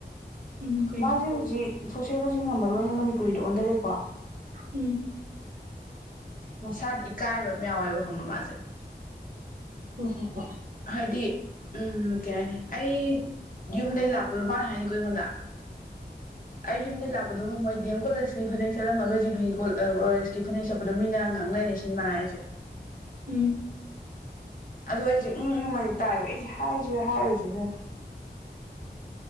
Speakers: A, on the right; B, on the left.
A: ꯎꯝ ꯀꯩꯅꯣ
B: ꯃꯥ <unintelligible> ꯖꯤ ꯁꯣꯁꯦꯂꯣꯖꯤ ꯉꯝꯃꯔꯣꯏꯅ ꯃꯅꯤꯄꯨꯔꯤꯗ ꯑꯣꯟꯗꯔꯛꯑꯦꯀꯣ
A: ꯎꯝ
B: ꯃꯁꯥꯗ ꯏꯀꯥꯏꯕ <unintelligible> ꯌꯥꯎꯋꯦꯕ ꯈꯡꯕ꯭ꯔ ꯃꯥꯁꯦ
A: ꯍꫭ ꯍꯣ ꯍꯣꯛ
B: ꯍꯥꯏꯗꯤ ꯎꯝ ꯀꯦ ꯍꯥꯏꯅꯤ ꯑꯩ ꯌꯨꯝꯗꯩ ꯂꯥꯛꯄꯗꯣ ꯃꯥꯅ ꯍꯥꯏꯅꯤꯀꯣ ꯑꯩꯉꯣꯟꯗ
A: <inaudible>
B: ꯑꯩ ꯌꯨꯝꯗ ꯂꯥꯛꯄꯗꯣ ꯉꯝꯃꯣꯏ ꯗꯤꯌꯝ ꯀꯣꯂꯦꯖꯀꯤ ꯐꯅꯦꯛ ꯁꯦꯠꯂꯝꯃꯒ ꯖꯤꯄꯤ ꯀꯣꯜ <unintelligible> ꯐꯅꯦꯛ ꯁꯦꯠ ꯇꯨ ꯗ ꯗꯣ ꯃꯤꯅ ꯉꯡ ꯂꯩꯔꯦꯁꯤꯅꯤ ꯃꯥꯅ ꯍꯥꯏꯌꯛ ꯏꯁꯦ
A: ꯎꯝ
B: ꯑꯗꯣ ꯑꯩꯁꯦ ꯎꯝ ꯎꯝ <unintelligible> ꯇꯥꯏꯕ ꯑꯩꯁꯦ ꯍꯥꯏꯖꯤ ꯔ ꯍꯥꯏꯔꯨꯖꯤꯔ